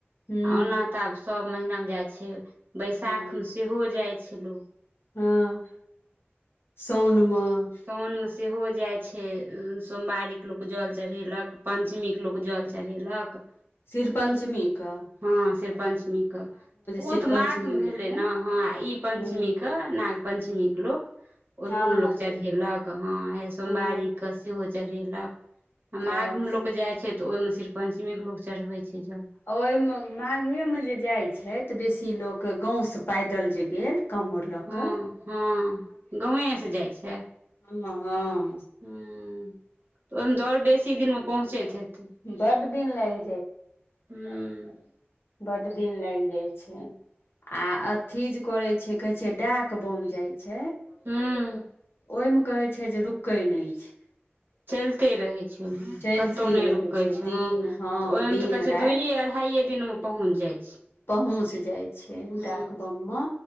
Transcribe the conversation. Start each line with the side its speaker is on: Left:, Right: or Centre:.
Left: हू।
Right: आ ओना तऽ आब सभ महिना में जाइ छै, बैसाख
Left: हुँ
Right: में सेहो जाइ छै लोक।
Left: हँ, साँन में‌।
Right: सउन मे सेहो जाय छै, सोमवारी के लोक जल चढ़ेलक, पंचमी के लोग जल चढ़ेलक।
Left: शिरपञ्चमी क।
Right: हँ, शिर पञ्चमी कऽ। ओ
Left: शिर
Right: तऽ
Left: पञ्चमी
Right: माघ मे भेले
Left: होइ छै
Right: ने, हँ ई पंचमी
Left: हुँ
Right: क नाग पंचमी के लोक, ओयो
Left: हँ
Right: मे लोक चढ़ेलक, हँ सोमवारी
Left: हँ
Right: के सेहो चढ़ेलक, आ
Left: हँ
Right: माघमे लोक जाइ छै तऽ ओहिमे शिर पञ्चमीके लोक चढ़बै छै जल।
Left: ओहिमे माघे मे जे जाइ छै। त बेसी लोक, गांव से पैदल जे गेल काँवर लऽ
Right: हँ,
Left: कऽ
Right: हँ, गाेवे से जाइ छै।
Left: हुं, हँ।
Right: हूँ। तऽ ओहि मे त और बेसी दिनमे पहुँचैत हेतै।
Left: बड्ड दिन लागि
Right: हूँ।
Left: बडड दिन लागि जाइ छै। आ अथीजे करे छै, कहे छै डाक बम जाय छै। छै,
Right: हूँ
Left: ओहिमे कहै छै जे रुकै नहि छै।
Right: चलिते रहै छै।
Left: चलिते
Right: कतहु नहि
Left: रहै
Right: रुकै छै,
Left: दिन
Right: हँ
Left: हँ
Right: तऽ ओहिमे
Left: दिन
Right: तऽ कहै छै
Left: राति
Right: दुइए, अढ़ाइे दिन मे पहुँच जाइ छै।
Left: पहुँच जाइ छै
Right: हँ
Left: डाकबम मे,